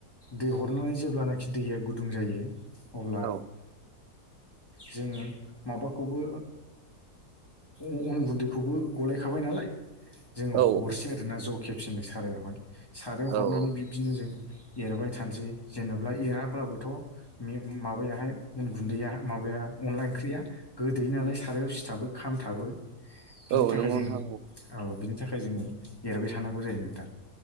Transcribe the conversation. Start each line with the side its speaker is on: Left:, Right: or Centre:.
Left: दै हरनानै जेब्लानाखि दैया गुदुं जायो अब्ला
Right: औ
Left: जोङो माबाखौबो ओ अन गुन्दैखौबो गलायखाबाय नालाय। जोङो
Right: औ
Left: हरसै आरोना ज खेबसेनो सारायावहाय सारायाव
Right: औ
Left: हरनानै बिब्दिनो जों एरबाय थानोसै जेनेबा एराब्लाबोथ माबायाहाय अन गुन्दैया माबा अनला ओंख्रिया गोदै नालाय सारायाव सिथाबो खामथाबो बिनि
Right: औ
Left: थाखाय
Right: नंगौ
Left: जों
Right: नोंथां औ
Left: औ बिनि थाखाय जोङो एरबाय थानांगौ जायो नोंथां